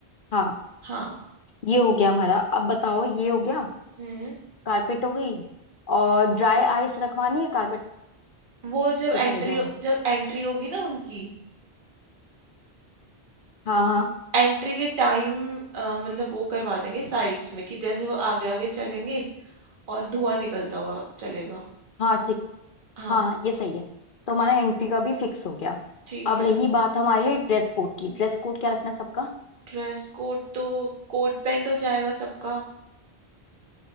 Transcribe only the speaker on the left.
हाँ
ये हो गया हमारा अब बताओ ये हो गया
कार्पेट हो गई और ड्राई आइस रखवानी है कार्पेट
के साइड में
हाँ हाँ
हाँ ठीक है
हाँ हाँ ये सही है तो हमारा एंट्री का भी फिक्स हो गया
अब
रही बात हमारी ड्रेस कोड की ड्रेस कोड क्या रखना है सबका